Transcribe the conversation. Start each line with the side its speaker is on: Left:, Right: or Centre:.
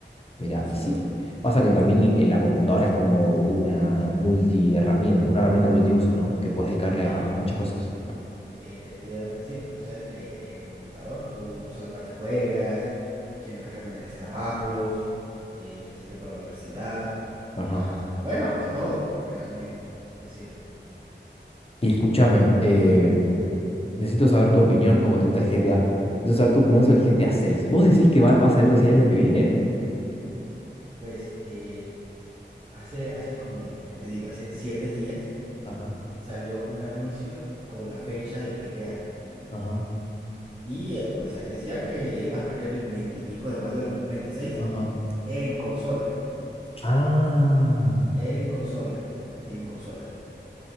Left: Mira,
Right: más
Left: sí.
Right: que todo.
Left: Pasa que también en la computadora es como una multiherramienta, una herramienta multiuso, ¿no? Que puedes dedicarle
Right: Sí,
Left: a, a muchas cosas.
Right: efectivamente sí, porque tú sabes que en el computador tú no solamente juegas, sino que también haces trabajos, eh, te sirve para la universidad.
Left: Ajá.
Right: Pa, bueno, para todo, realmente, te sirve.
Left: Y escúchame, eh, necesito saber tu opinión, como te gusta el GTA. Necesito saber tu opinión sobre el GTA seis. ¿Vos decís que va, va a salir recién el año que viene?
Right: Pues eh, hace, hace como, ¿qué te digo? Hace siete días
Left: Ajá,
Right: salió un anuncio con la fecha del GTA.
Left: ajá,
Right: Y eh, pues ahí decía que iba a salir el veintipico de mayo del dos mil veintiséis
Left: ajá.
Right: en consola.
Left: Ah,
Right: En consola. En consola.